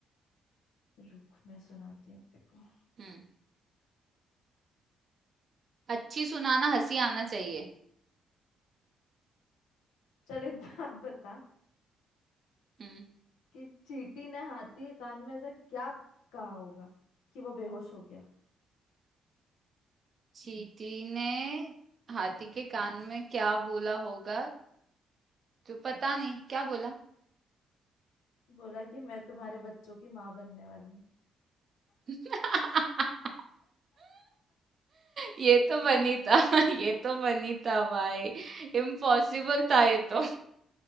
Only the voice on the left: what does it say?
रुक मैं सुनाती हूँ देखो
चल एक बात बता
कि चींटी ने हाथी के कान में ऐसा क्या कहा होगा कि वो बेहोश हो गया
बोला कि मैं तुम्हारे बच्चों की माँ बनने वाली हूँ